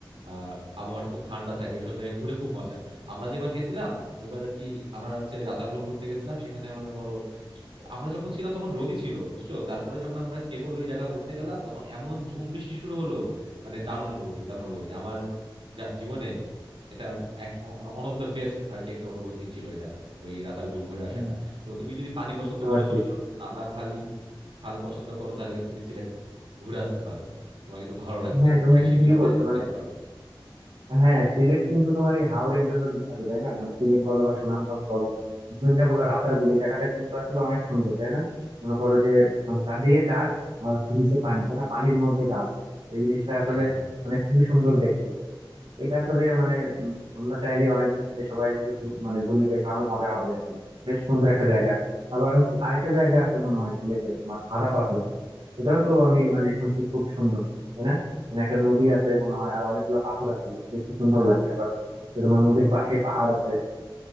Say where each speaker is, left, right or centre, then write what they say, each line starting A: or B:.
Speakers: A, on the right (about 75°); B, on the right (about 65°).
A: আহ আবহাওয়াটা খুব ঠান্ডা থাকে ওইসব জায়গায় ঘুরে খুব মজা আমরা যেবার গেছিলাম ওইবার আর কি আমরা হচ্ছে রাতারগুল ঘুরতে গেছিলাম সেখানে মনে করো আমরা যখন ছিলাম তখন রোদই ছিল বুঝছো তারপরে যখন আমরা কেবল ওই জায়গা ঘুরতে গেলাম তখন এমন ঝুম বৃষ্টি শুরু হলো মানে দারুণ অনুভূতি দারুণ অনুভূতি আমার যা- জীবনে এটা এক ওয়ান অফ দ্য বেস্ট আর কি একটা অনুভূতি ছিল এটা ওই রাতারগুল ঘুরে আসাটা
B: হুম,
A: তো তুমি যদি পানি
B: বুঝতে
A: পছন্দ
B: পারছি
A: করো ছোট ছোট নালা খালি খাল পছন্দ করো তাহলে কিন্তু তুমি সিলেট ঘুরে আসতে পারো তোমার কিন্তু ভালো লাগবে
B: হ্যাঁ তুমি
A: ওখানে
B: আসলে
A: শিপে
B: ঠিকই
A: করে
B: বলছো
A: তুমি
B: মানে
A: যেতে পারো
B: হ্যাঁ সিলেট কিন্তু তোমার এই হাওরের জন্য বিখ্যাত তাই না বা সিলেট বলো বা সুনামগঞ্জ বলো
A: হুম।
B: তুমি যেটা বললো রাতারগুল এই জায়গাটা কিন্তু আসলে অনেক সুন্দর তাই না মনে করো যে মানে চারদিকে গাছ আর হচ্ছে নিচে পানি তাই না পানির মধ্যে গাছ এই জিনিসটা আসলে
A: হ্যাঁ হ্যাঁ হ্যাঁ
B: মানে খুবই সুন্দর দেখতে এটা আসলে মানে উম, আমরা চাইলে অনেকজন মিলে সবাই মিলে ঘু- মানে ঘুরলে বেশ ভালো মজা হবে আর কি বেশ সুন্দর একটা জায়গা আবার হচ্ছে আরেকটা জায়গা আছে মনে হয় সিলেটে তোমার সাদা পাথর এটাও তো আমি মানে শুনছি খুব সুন্দর তাই না মানে একটা নদী আছে মনে হয় আর অনেকগুলা পাথর আছে যে দেখতে সুন্দর লাগে আবার তো তোমার নদীর পাশে পাহাড় আছে